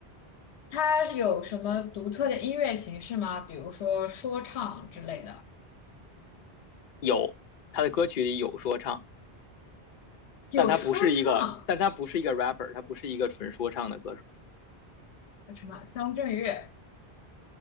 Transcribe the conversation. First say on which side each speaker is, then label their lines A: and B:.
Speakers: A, on the left; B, on the left.
A: 他是有什么独特的音乐形式吗？比如说说唱之类的？
B: 有他的歌曲里有说唱，
A: 有说唱，
B: 但他不是一个，但他不是一个 rapper，他不是一个纯说唱的歌手。
A: 什么张震岳？